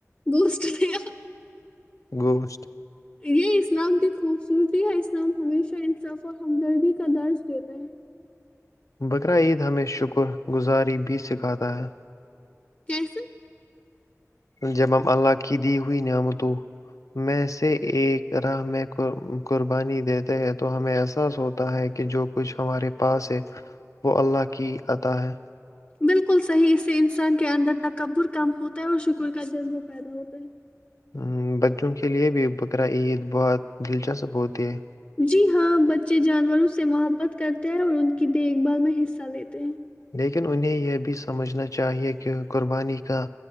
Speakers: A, on the left; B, on the left.
A: بست نہیں
B: گوشت
A: یہ اسلام کی خوبصورتی ہے اسلام ہمیشہ انصرف اور ہمدردی کا درج دیتے ہیں
B: بقرا عید ہمیں شکر گزاری بھی سکھاتا ہے
A: کیسے
B: جب ہم اللہ کی دی ہوئی نعمت میں سے ایک راہ میں قربانی دیتے ہیں تو ہمیں احساس ہوتا ہے کہ جو کچھ ہمارے پاس ہے وہ اللہ کی آتا ہے
A: بالکل صحیح اس سے انسان کے اندر تکبر کم ہوتا ہے اور شکر کا جذب پیدا ہوتا ہے
B: ہ بچوں کے لیے بھی بقرا عید بہت دلچسپ ہوتی ہے
A: جی ہاں بچے جانوروں سے محبت کرتے ہیں اور ان کی دیکھ بھال میں حصہ لیتے ہیں
B: لیکن انہیں یہ بھی سمجھنا چاہیے کہ قربانی کا